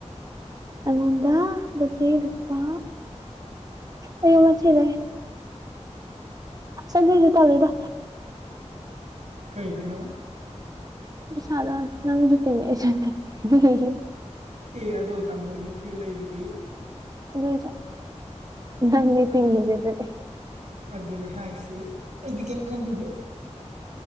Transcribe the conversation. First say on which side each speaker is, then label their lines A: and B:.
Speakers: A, on the right (about 30°); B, on the right (about 75°).
A: ꯑꯉꯣꯟꯗ ꯑꯗꯨꯗꯤ‌ꯂꯨꯄꯥ ꯑꯌꯣꯏꯃꯥ ꯁꯤꯔꯦ ꯑꯗꯣꯏꯁꯨ ꯇꯟꯂꯤꯗ
B: ꯀꯩꯒꯤꯅꯣ
A: ꯄꯤꯁꯥꯔ ꯅꯪꯁꯨ ꯇꯤꯉꯏ ꯑꯩꯁꯨ ꯇꯤꯉꯏ
B: ꯑꯦ ꯑꯗꯣ ꯇꯥꯃꯣꯗꯤ ꯐꯨꯔꯤꯠ ꯂꯩꯗꯨꯗꯤ
A: ꯑꯗꯨꯁꯨ ꯅꯪꯅꯤ ꯇꯤꯉꯏꯖ
B: ꯑꯗꯨ
A: ꯑꯗꯨꯗꯤ
B: ꯑꯗꯨꯅꯦ ꯍꯥꯏꯁꯦ ꯑꯩꯗꯤ ꯀꯦꯝ ꯈꯟꯕꯤꯗꯦ